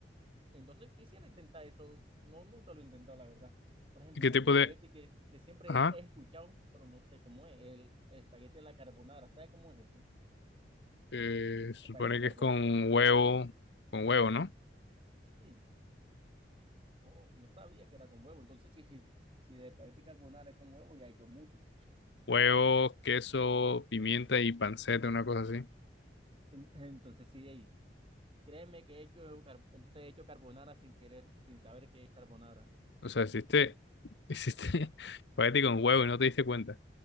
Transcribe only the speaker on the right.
Entonces quisiera intentar eso. No, nunca lo he intentado, la verdad. Por ejemplo,
hay
un espagueti
que, que siempre
he escuchado, pero no sé cómo es, el, el espagueti de la carbonara. ¿Sabe cómo es ese?
Espagueti
carbonara.
Sí. No, no sabía que era con huevo. Entonces, <laughs> si, si de espagueti carbonara es con huevo, ya he hecho mucho.
En- <laughs> Entonces, sí, ey, créeme que he hecho, car- entonces he hecho carbonara sin querer, sin saber qué es carbonara.